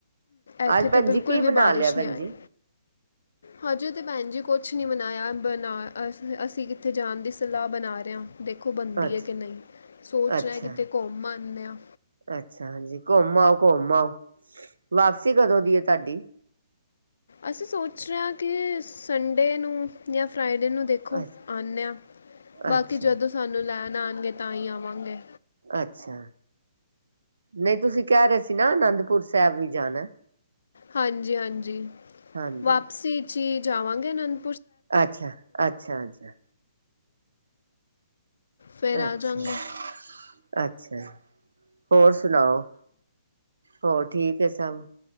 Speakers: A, on the left; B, on the right.
A: ਇੱਥੇ
B: ਅੱਜ ਭੈਣ
A: ਤੇ ਬਿਲਕੁਲ
B: ਜੀ ਕੀ
A: ਵੀ
B: ਬਣਾ
A: ਬਾਰਿਸ਼
B: ਲਿਆ ਭੈਣ
A: ਨਈ ਆ
B: ਜੀ
A: ਰਈ। ਹਜੇ ਤਾਂ ਭੈਣ ਜੀ ਕੁਛ ਨਈ ਮਨਾਇਆ ਬਣਾ ਅ ਅਸੀਂ ਕਿੱਥੇ ਜਾਣ ਦੀ ਸਲਾਹ ਬਣਾ ਰਏ ਆਂ। ਦੇਖੋ ਬਣਦੀ
B: ਅੱਛਾ
A: ਏ ਕਿ ਨਈ ਸੋਚ
B: ਅੱਛਾ
A: ਰਿਆ ਕਿਤੇ ਘੁੰਮ ਆਣੇ ਆਂ।
B: ਅੱਛਾ ਹਾਂਜੀ ਘੁੰਮ ਆਓ-ਘੁੰਮ ਆਓ ਵਾਪਸੀ ਕਦੋਂ ਦੀ ਤੁਹਾਡੀ
A: ਅਸੀਂ ਸੋਚ ਰਏ ਆਂ ਕਿ ਸੰਡੇ ਨੂੰ ਜਾਂ ਫਰਾਈਡੇ ਨੂੰ ਦੇ ਦੇਖੋ
B: ਅੱਛਾ
A: ਆਣੇ ਆਂ ਬਾਕੀ
B: ਅੱਛਾ
A: ਜਦੋਂ ਸਾਨੂੰ ਲੈਣ ਆਣਗੇ ਤਾਂ ਹੀ ਆਵਾਂਗੇ।
B: ਅੱਛਾ ਨਈ ਤੁਸੀਂ ਕੈ ਰਏ ਸੀ ਨਾ ਅਨੰਦਪੁਰ ਸਾਹਿਬ ਵੀ ਜਾਣਾ।
A: ਹਾਂਜੀ-ਹਾਂਜੀ
B: ਹਾਂਜੀ
A: ਵਾਪਸੀ 'ਚੀ ਜਾਵਾਂਗੇ ਅਨੰਦ
B: ਅੱਛਾ-ਅੱਛਾ-ਅੱਛਾ
A: ਫਿਰ ਆ
B: ਅੱਛਾ-ਅੱਛਾ
A: ਜਾਾਂਗੇ
B: ਜੀ ਹੋਰ ਸੁਣਾਓ। ਹੋਰ ਠੀਕ ਏ ਸਭ